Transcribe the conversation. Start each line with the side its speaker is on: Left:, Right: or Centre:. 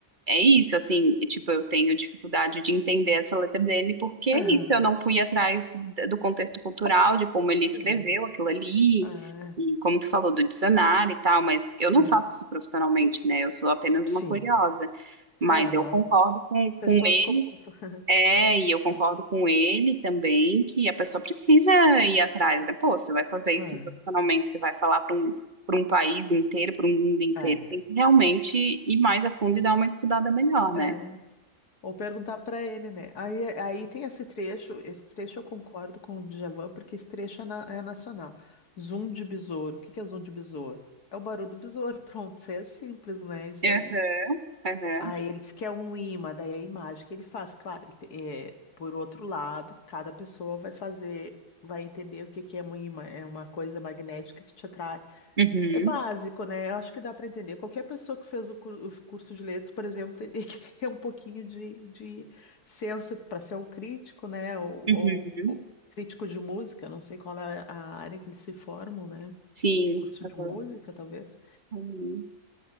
Right: é, é isso, assim, e, tipo, eu tenho dificuldade de entender essa letra dele, porque é
Left: Aham,
Right: isso, eu não fui atrás d- do contexto cultural, de como ele escreveu
Left: sim.
Right: aquilo ali,
Left: Ah,
Right: e como tu falou do dicionário e tal, mas eu não
Left: ah,
Right: faço isso profissionalmente, né? Eu sou apenas uma
Left: sim.
Right: curiosa. Mas
Left: É, nós,
Right: eu concordo com,
Left: pessoas
Right: com
Left: comuns. <laughs>
Right: é, e eu concordo
Left: É.
Right: com ele também que a pessoa precisa ir atrás, né? Pô, você vai fazer isso
Left: Ah,
Right: profissionalmente, você vai falar para um, para um país inteiro, para um mundo inteiro.
Left: é,
Right: Tem que realmente ir mais a fundo e dar uma estudada melhor, né?
Left: é. Ou perguntar pra ele, né? Aí, aí tem esse trecho, esse trecho eu concordo com o Djavan, porque esse trecho é, na- é nacional. Zoom de besouro. O que que é zoom de besouro? É o barulho do besouro. <laughs> Pronto, é simples, né? Isso
Right: Aham,
Left: aí.
Right: aham.
Left: Aí ele diz que é um imã, daí é a imagem que ele faz, claro, ele te- é, por outro lado, cada pessoa vai fazer, vai entender o que que é um imã, é uma coisa magnética que te atrai.
Right: Uhum,
Left: É básico, né? Eu acho que dá para entender. Qualquer pessoa que fez o, cur- o curso de letras, por exemplo, teria que <laughs> ter um pouquinho de, de senso para ser um crítico, né? Ou, ou-
Right: uhum.
Left: ou crítico de música, não sei qual é a área que eles se formam, né?
Right: Sim.
Left: Curso
Right: Aham.
Left: de música, talvez.
Right: Uhum.